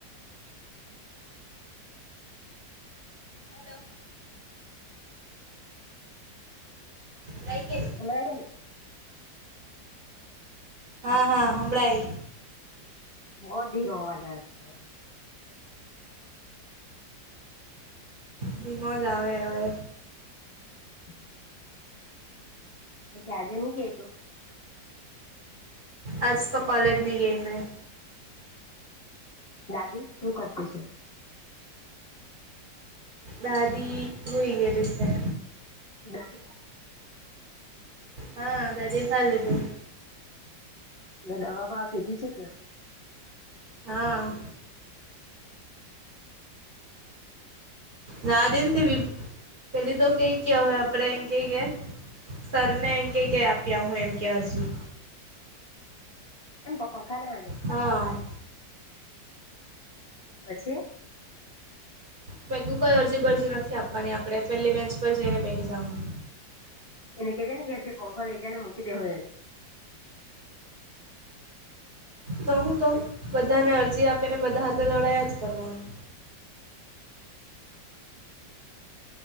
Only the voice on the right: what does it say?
હાલો. લઈ કે.
હા હા હભડાય.
ધીમો જ આવે હવે.
આજ તો કોલેજ ની ગય મેં.
દાદી હુઈ ગેલી છે.
હા દાદી ખા લીધું.
હા. રા દેની પેલી તો કઈ કયા હવે આપડે એમ કઈ કેયા. સરને એમ કે કે આપ્યા હું એમ કે અરજી.
હા.
મે કોઈ અરજી બરજી નથી આપવાની આપણે પેલી બેન્ચ પર જઈને બેહી જાવા.
તો હું તો બધાને અરજી આપીને બધા હતે લડાયા જ કરવાનું.